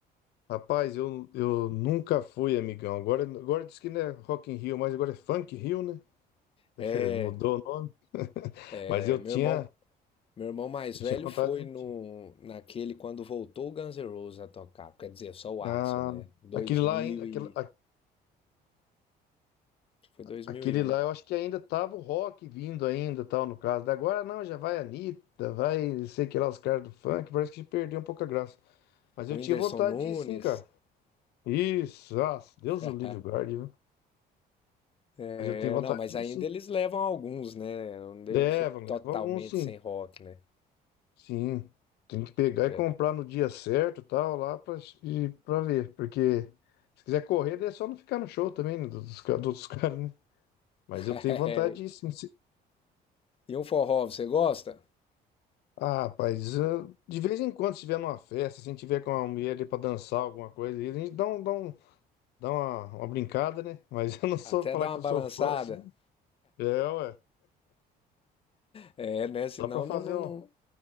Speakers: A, on the left (about 75°); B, on the left (about 35°).
A: Rapaz, eu, eu nunca fui, amigão. Agora, agora diz que não é Rock in Rio, mas agora é Funk Rio, né? <laughs>
B: É,
A: Mudou o nome. <laughs>
B: é,
A: Mas eu
B: meu
A: tinha,
B: irmão, meu irmão mais
A: eu
B: velho
A: tinha vontade
B: foi
A: muito.
B: no,
A: de-
B: naquele quando voltou o Guns N' Roses a tocar. Quer dizer, só o Axl,
A: Ah,
B: né? Dois
A: aquele lá
B: mil
A: ainda, aquele,
B: e... acho que Foi 2001.
A: Aquele lá, eu acho que ainda tava o rock vindo ainda, tal, no caso. Da Agora não, já vai Anitta, vai, sei que lá, os caras do funk, parece que perdeu um pouco a graça. Mas eu
B: O Whindersson
A: tinha vontade
B: Nunes.
A: de ir sim, cara. Isso, ah, Deus
B: <laughs>
A: o livre guarde, viu?
B: É,
A: Mas eu tenho vontade
B: não, mas
A: de
B: ainda
A: ir sim.
B: eles levam alguns, né? Não deixa
A: Leva, leva
B: totalmente
A: alguns sim.
B: sem rock, né?
A: Sim. Tem que pegar
B: É.
A: e comprar no dia certo, tal, lá pra, e, pra ver. Porque se quiser correr, daí é só não ficar no show também, né, dos, dos, ca- dos <laughs> caras, né? Mas eu
B: <laughs>
A: tenho vontade de ir sim.
B: E um forró, você gosta?
A: Ah, rapaz, ah, de vez em quando, se tiver numa festa, se a gente tiver com uma mulher ali pra dançar alguma coisa, aí a gente dá, um, dá, um, dá uma, uma brincada, né? Mas <laughs> eu não sou
B: Até
A: falar
B: dá uma
A: que eu
B: balançada.
A: sou fã, assim. É, ué.
B: É, né? Senão
A: Só pra fazer
B: não, não,
A: um.
B: não...